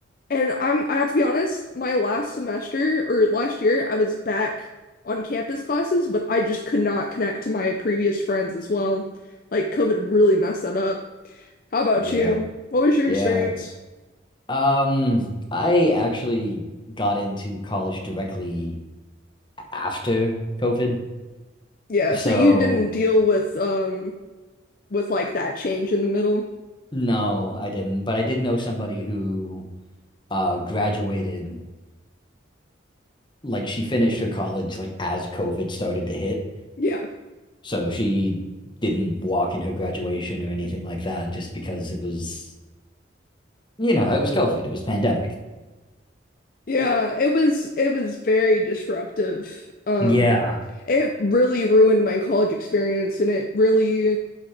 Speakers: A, on the left; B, on the left.
A: And I'm, I have to be honest, my last semester or last year, I was back on campus classes, but I just could not connect to my previous friends as well. Like COVID really messed that up. How about
B: Yeah.
A: you? What was your
B: Yeah.
A: experience?
B: Um, I actually got into college directly after COVID.
A: Yeah,
B: So
A: so you didn't deal with um with like that change in the middle.
B: no, I didn't. But I did know somebody who uh graduated, like she finished her college like as COVID started to hit.
A: Yeah.
B: So she didn't walk in her graduation or anything like that just because it was, you know, it was COVID, it was pandemic.
A: Yeah, it was it was very disruptive. Um,
B: Yeah.
A: it really ruined my college experience and it really